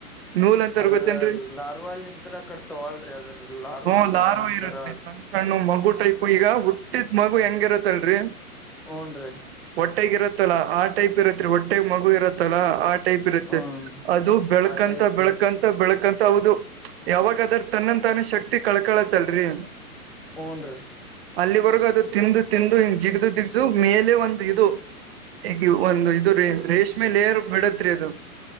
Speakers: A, on the right (about 40°); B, in the centre.
A: ನೂಲ್ ಅಂತ
B: ಅದರ
A: ಗೊತ್ತೇನ್ೀ
B: ಲಾರ್ವಾಲಿಂತ್ರ ಕಟ್ತಾವಲ್ರಿ ಅದ್ರ ಲಾರ್ವಾ
A: ಹ
B: ಅಂತ
A: ಲಾರವ
B: ಅಂತಾರ
A: ಇರುತ್ತ ಸಣ್ಣ ಸಣ್ಣ ಮಗು ೈಪ್ ಈಗ ಹುಟ್ಟಿದ ಮಗು ಹೆಂಗಿರತ್ತಲ್ರರಿ
B: ಹಊನ್್ರೀ
A: ಹೊಟ್ಟೆಗ ಇರತ್ತಲ್ಲ ಆ ಟೈಪ್ ಇರತ್ರಿ ಹೊಟ್ಟೆಗೆ ಮಗು ಇರತ್ತಲ್ಲಾ ಆ ಟೈಪ್ ಇರುತ್ತೆ
B: ಹೂನ್ರಿ
A: ಅದು ಬೆಳಕಂತ
B: ಆ ಟೈಪ್
A: ಬೆಳಕಂತ
B: ಇರ್ತ್
A: ಬೆಳಕಂತ ಹೌದು ಯಾವಾಗ ಅದ್ರ ತನ್ನ ತಾನ ಶಕ್ತಿ ಕಳ್ಕಳತ್ತಲ್ರಿ
B: ಹಊನ್ ರೀ
A: ಅಲ್ಲಿವರೆಗೂ ತಿಂದು ತಿಂದು ಹಿ ಜಿಗ್ದ ದಿಗದುು ಮೇಲೆ ಒಂದು ಇದು ಈಗ ಒಂದು ಇದು ರೇಷ್ಮೆ ಲೇರ್ ಬಿಡತ್ರಿ ಅದು